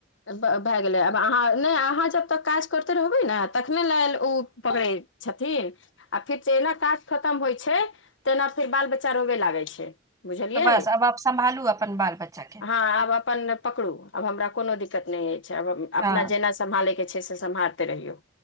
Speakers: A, on the left (about 80°); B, on the right (about 20°).
A: <unintelligible> भै गेलै आब अहाँ नै अहाँ जब तक काज करते रहबै न तखने लेल ओ पकड़े छथिन आ फेर जेहिना काज खतम होइ छै तेना फेर बाल बच्चा रोबे लागै छै बुझलियै
B: तऽ बस आब आप सम्भालू अपन
A: <inaudible>
B: बाल बच्चा के
A: हँ आब अपन पकरू आब हमरा कोनो दिक्कत नै ऐछ आब अपना
B: हँ
A: जेना सम्हालय केँ छै से सम्हारते रहियौ